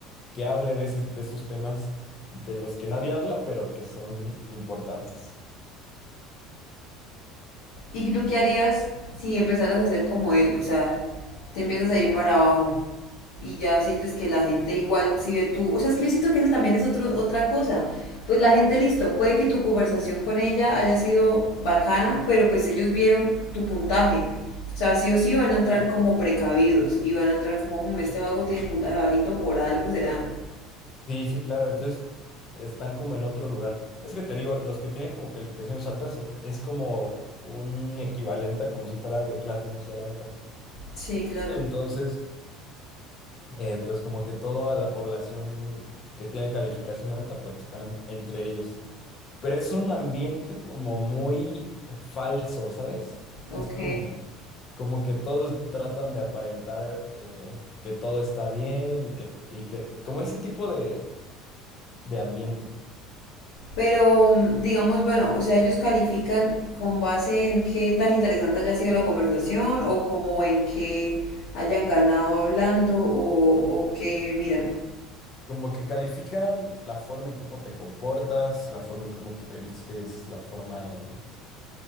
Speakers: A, on the left (about 40°); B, on the left (about 75°).
A: que hable de esos, de esos temas de los que nadie habla, pero que son importantes.
B: ¿Y tú qué harías si empezaras a ser como él? O sea, te empiezas a ir para abajo. y ya sientes que la gente igual si ve tú, o sea, es que yo siento que eso también es otro, otra cosa. Pues la gente, listo, puede que tu conversación con ella haya sido bacana, pero pues ellos vieron tu puntaje. O sea, sí o sí van a entrar como precavidos y van a entrar como, "Mm, este vago tiene puntaje bajito por algo, será.
A: Sí, sí, claro. Entonces están como en otro lugar. Es que te digo, los que tienen como calificaciones altas son- es como un equivalente a como si fuera de clase social alta.
B: Sí, claro.
A: Entonces, eh, pues como que toda la población que tiene calificación alta, pues están entre ellos. Pero es un ambiente como muy falso, ¿sabes?
B: Ok.
A: Es como, como que todos tratan de aparentar eh, que todo está bien y que, y que, como ese tipo de, de ambiente.
B: Pero digamos, bueno, o sea, ellos califican con base en qué tan interesante haya sido la conversación o como en qué hayan ganado hablando o, o qué miran.
A: Como que califican la forma en cómo te comportas, la forma en cómo te vistes, la forma en...